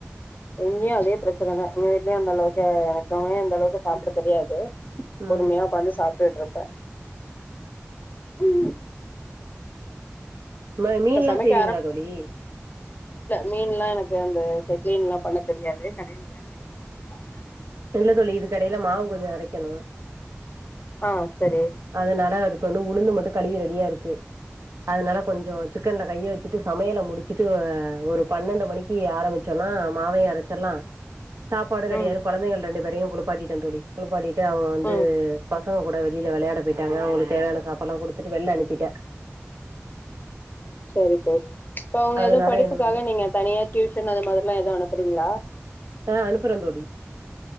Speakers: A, on the left; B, on the right.
A: இங்கேயு அதே பிரச்சனைதான் எங்க வீட்லயும் அந்த அளவுக்கு எனக்குமே அந்த அளவுக்கு சாப்பிட தெரியாது
B: ம்
A: பொறுமையா உக்காந்து சாப்டுட்டு இருப்ப ம்
B: ம மீன் எல்லாம்
A: சமைக்க
B: செய்வீங்களா தோழி
A: மீன் எல்லாம் எனக்கு அந்த க்ளீன் எல்லாம் பண்ண தெரியாது கடையில தான் க்ளீன் பண்ணி கொடுப்பாங்க
B: இல்ல தோழி இதுக்கெடையில மாவு கொஞ்சம் அரைக்கணும்
A: ஆ சரி
B: அதுனால வந்து உளுந்து மட்டும் கழுவி ரெடியா இருக்கு அதனால கொஞ்சம் சிக்கன்ல கையை வச்சுட்டு சமையலை முடிச்சுட்டு ஒரு பன்னெண்டு மணிக்கு ஆரம்பிச்சோம்னா மாவைய அரைச்சல்லாம் சாப்பாடு ரெடியா
A: ம்
B: இருக்கும் ரெண்டு பேரையும் குளிப்பாட்டிட்டே தோழி குளிப்பாட்டிட்டு அவன் வந்து
A: ம்
B: ப சங்க கூட வெளியில விளையாட போயிட்டாங்க அவங்களுக்கு தேவையான சாப்பாடு எல்லாம் கொடுத்துட்டு வெளில அனுப்பிட்டேன்
A: சரி தோழி இப்ப அவங்க
B: அதனால
A: எதோ படிப்புக்காக
B: இனிமேலு
A: நீங்க தனியா டியூஷனு அது மாதிரிலா எதுவு அனுப் சரிங்களா
B: ஆ அனுப்புறே தோழி